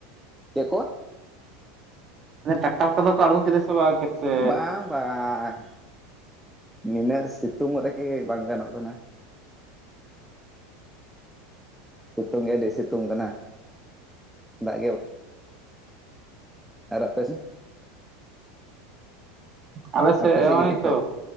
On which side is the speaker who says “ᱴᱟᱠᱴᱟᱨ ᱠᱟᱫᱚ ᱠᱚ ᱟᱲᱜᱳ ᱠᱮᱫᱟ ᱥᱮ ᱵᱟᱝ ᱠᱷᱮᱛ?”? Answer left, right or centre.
Right